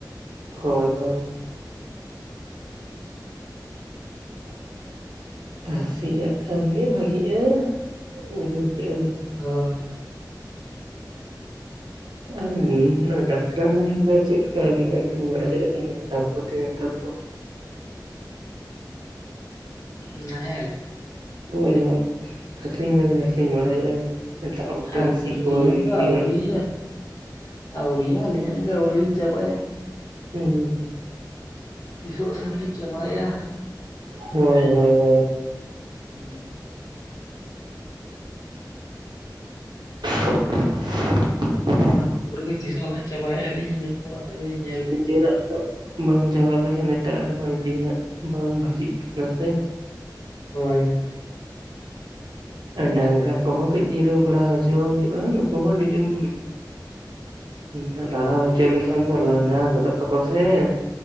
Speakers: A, on the right; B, on the left.
A: ᱦᱳᱭ ᱦᱳᱭ ᱾ <inaudible> ᱟᱨ ᱥᱤᱭᱟᱜ ᱠᱷᱟᱱ ᱜᱮ ᱵᱷᱟᱜᱤᱜ ᱭᱟ ᱵᱩᱡᱷᱟᱣ ᱠᱮᱜ-ᱟ ᱵᱤᱱ ᱾
B: ᱦᱳᱭ ᱾
A: <inaudible> ᱟᱨ ᱰᱟᱝᱨᱟ ᱱᱟᱦᱮᱞ ᱫᱚ ᱪᱮᱫ ᱞᱮᱠᱟ ᱵᱤᱱ ᱟᱹᱠᱷᱨᱤᱧ ᱵᱟᱲᱟᱭᱮᱫ-ᱟ ᱛᱤᱱᱟᱹᱜ ᱫᱟᱢ ᱠᱚ ᱛᱮ ᱱᱮᱛᱟᱨ ᱫᱚ ᱾
B: <inaudible> ᱱᱟᱦᱮᱞ?
A: ᱦᱳᱭ ᱦᱳᱭ ᱟᱹᱠᱷᱨᱤᱧ ᱵᱟᱵᱤᱱ ᱟᱹᱠᱷᱨᱤᱧ ᱵᱟᱲᱟᱭᱟ᱾ ᱮᱴᱟᱜ ᱦᱚᱲ ᱴᱷᱮᱱ
B: ᱟᱹᱠᱷᱨᱤᱧ
A: ᱥᱤ ᱠᱚ ᱵᱟᱵᱮᱱ
B: ᱫᱚ
A: ᱤᱫᱤᱵᱟᱲᱟᱭᱟ?
B: ᱟᱹᱣᱨᱤᱭᱟᱜᱼᱟ ᱟᱹᱣᱨᱤᱭᱟ ᱟᱹᱞᱤᱧᱟᱜ ᱜᱮ ᱟᱹᱣᱨᱤ ᱞᱤᱧ ᱪᱟᱵᱟᱭᱟ᱾
A: ᱦᱮᱸ ᱾ <inaudible>
B: ᱛᱤᱥᱚᱜ <unintelligible> ᱪᱟᱵᱟᱟᱭᱟ᱾
A: ᱦᱳᱭ ᱦᱳᱭ ᱦᱳᱭ ᱾
B: ᱦᱩᱸ ᱾
A: <inaudible>
B: ᱛᱚ ᱚᱱᱟ ᱠᱚᱨᱮ ᱜᱮ ᱛᱤᱥᱚᱜ ᱦᱟᱸᱜ ᱪᱟᱵᱟᱭᱮᱫ-ᱟ ᱞᱤᱧ ᱤᱱᱟᱹ <unintelligible>
A: ᱱᱤᱡᱮᱨᱟᱜ ᱠᱚ ᱵᱟᱝ ᱪᱟᱵᱟ ᱞᱮᱠᱷᱟᱱ ᱮᱴᱟᱜ ᱨᱮᱦᱚᱸ ᱤᱫᱤ ᱦᱟᱜ ᱵᱟᱝ ᱵᱷᱟᱹᱜᱤᱜ ᱠᱟᱱᱟ ᱥᱮ ᱾
B: ᱦᱳᱭ ᱾
A: ᱰᱟᱝᱨᱟ ᱠᱚᱦᱚᱸ ᱠᱟᱹᱡ ᱡᱤᱨᱟᱹᱣ ᱵᱟᱲᱟ ᱦᱚᱪᱚ ᱦᱩᱭᱩᱜ-ᱟ ᱾ ᱱᱩᱠᱩ ᱦᱚᱸ ᱰᱮᱞᱤᱢ ᱦᱮᱸ ᱞᱟᱲᱟᱣ ᱦᱚᱪᱚ ᱞᱮᱠᱷᱟᱱ ᱫᱚ ᱞᱟᱸᱜᱟ ᱜᱚᱫᱚᱜ ᱟᱠᱚ ᱥᱮ ᱾